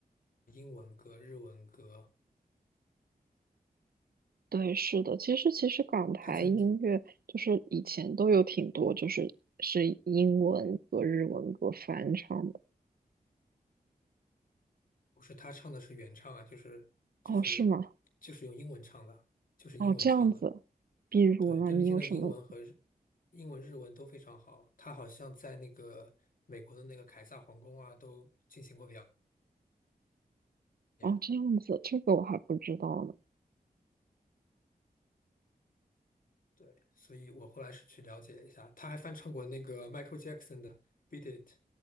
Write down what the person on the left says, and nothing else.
英文歌、日文歌。
他曾经
不是他唱的是原唱啊，就是就是就是用英文唱的，
就是英文唱的。
对，邓丽君的英文和日
英文、日文都非常好。她好像在那个美国的那个凯撒皇宫啊，都进行过表演。
对，所以我后来是去了解了一下，他还翻唱过那个 Michael Jackson 的《Beat It》，